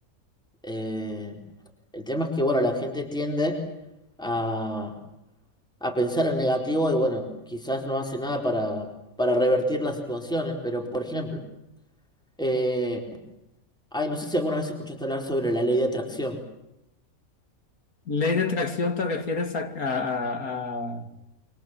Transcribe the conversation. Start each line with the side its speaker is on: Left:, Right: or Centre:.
Centre: Eh, el tema es que, bueno, la gente tiende a, a pensar en negativo y, bueno, quizás no hace nada para, para revertir las situaciones, pero, por ejemplo, eh, ay, no sé si alguna vez escuchaste hablar sobre la ley de atracción.
Left: Ley de atracción te refieres a, a- a- a-